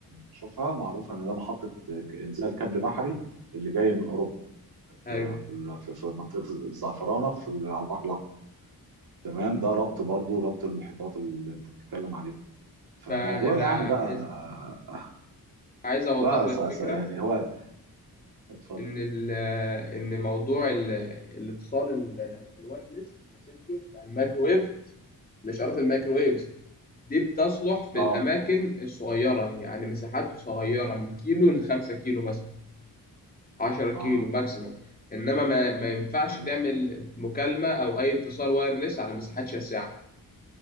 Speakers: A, on the right; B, on the left.
A: بشوفها معروفه ان ده محطه ك- انزال كابل بحري اللي جاي من اوروبا في
B: أيوه
A: في ال- في في منطقه الزعفرانه في ال- على البحر الاحمر تمام ده ربط برضو ربط المحيطات اللي انت بتتكلم عليه فالموضوع
B: فأنا
A: يعني
B: عايز
A: بقى
B: عايز أوضح
A: بقى
B: لك
A: س- س-
B: فكرة
A: يعني هو اتفضل
B: إن ال إن موضوع ال الاتصال ال- الوايرلس اللاسلكي بتاع الميكروويف الإشارات الميكروويفز دي بتصلح في
A: اه
B: الأماكن الصغيرة يعني مساحات صغيرة من كيلو لخمسة كيلو مثلا عشرة كيلو
A: اه
B: ماكسيموم إنما ما, ما ينفعش
A: ايوه
B: تعمل مكالمة أو أي اتصال وايرلس على مساحات شاسعة